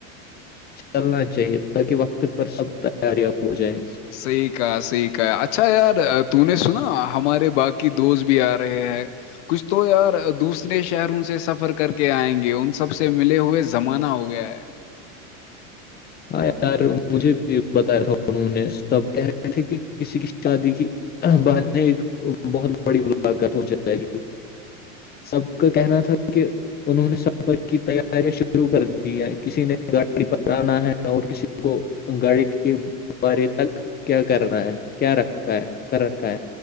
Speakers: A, on the left; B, on the left.
A: چلنا چاہیے تاکہ وقت پر سب تیاریاں ہو جائیں
B: صحیح کہ سیح اچھا یار ت نے سنا ہمارے باقی دوست بھی آ رہے ہیں کچھ تو یار دوسرے شہروں سے سفر کر کے آئیں گے ان سب سے ملے ہوئے زمانہ ہو گیا ہے
A: ہاں یار مجھے بھی بتایا تھا انہوں نے سب کہہ رہے تھے کہ کسی کی شادی کی ب بہت بڑی ملاقت ہو جائے گی سب کا کہنا تھا کہ انہوں نے سفر کی تیارییا شروع کر دی ہے کسی نے گاڑی پر آنا ہے کسی کو انگاڑی کے بارے تک کیا کرنا ہے کیا رکھا ہے کر رکھا ہے